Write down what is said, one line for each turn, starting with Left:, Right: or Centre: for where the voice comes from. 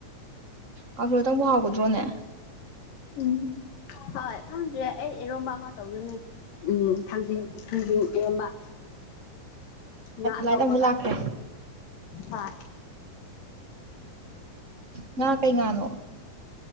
Right: ꯀꯥꯡꯁꯣꯏꯇꯪꯕꯨ ꯍꯥꯎꯒꯗ꯭ꯔꯣꯅꯦ
Left: ꯎꯝ ꯍꯣꯏ ꯈꯪꯝꯁꯨ ꯑꯩ ꯏꯔꯣꯝꯕ ꯑꯃ ꯇꯧꯗꯣꯏꯅꯦ ꯎꯝ ꯊꯥꯡꯖꯤꯡ ꯈꯖꯤꯡ ꯏꯔꯝꯕ ꯉꯥ
Right: ꯂꯥꯏꯠ
Left: ꯇꯧꯕꯒ
Right: ꯑꯃꯨꯛ ꯂꯥꯛꯈ꯭ꯔꯦ
Left: ꯐꯣꯏ
Right: ꯉ ꯀꯩ ꯉꯥꯅꯣ